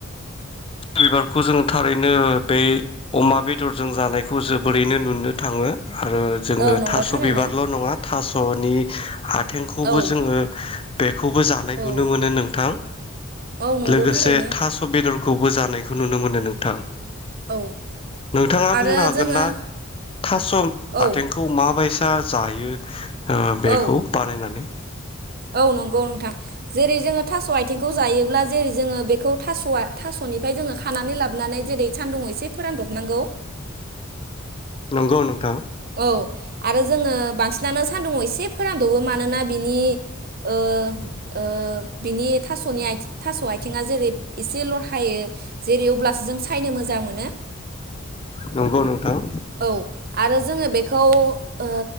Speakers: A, on the left; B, on the right.
A: बिबारखौ जों थारैनो बे अमा बेदरजों जानायखौ जोबोरैनो नुनो थाङो। आरो जोङो
B: औ नंगौ
A: थास'
B: थारैनो
A: बिबारल' नङा थास' नि खा थेंखौबो
B: औ
A: जोङो खौबो जानाय
B: औ
A: नुनो मोनो नोंथां
B: औ नंगौ
A: लोगोसे
B: थारैनो
A: थास' बेदरखौबो जा नायखौ नुनो मोनो नोंथां।
B: औ
A: नोंथाङा
B: आरो
A: बुंनो हागोनना?
B: जोङो
A: थास'
B: औ
A: आथेंखौ माबायसा जायो ओ
B: औ
A: बेखौ बानायनानै।
B: औ नंगौ नोंथां जेरै जोङो थास' आथिंखौ जायोब्ला जेरै जोङो बेखौ थास'आ थास'निफ्राय जोङो खानानै लाबोनानै जेरै सानदुङाव एसे फोरानदबनांगौ।
A: नंगौ नोंथां।
B: औ आरो जोङो बांसिनानो सान्दुंङाव एसे फोरानदबो मानोना बिनि ओ ओ बिनि थास'नि थास' आथिङा जेरै एसे ल। जायों जेरै जों अब्लासो सायनो मोजां मोनो
A: नंगौ नोंथां
B: औ आरो। बेखौ ओ